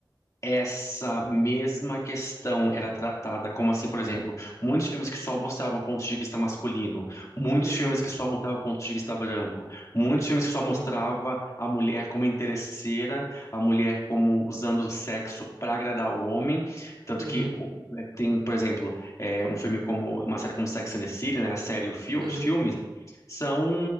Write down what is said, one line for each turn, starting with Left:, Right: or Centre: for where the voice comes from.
Left: Essa mesma questão era tratada como assim, por exemplo, muitos filmes que só mostravam pontos de vista masculino, muitos
Right: uhum,
Left: filmes que só mostravam pontos de vista branco, muitos filmes que só
Right: claro.
Left: mostrava a mulher como interesseira, a mulher como usando o sexo para agradar o homem, tanto
Right: Uhum,
Left: que o- é, tem, por exemplo, é, um filme como uma série como Sex and the City, né, a série, e o fil-
Right: uhum,
Left: os filmes são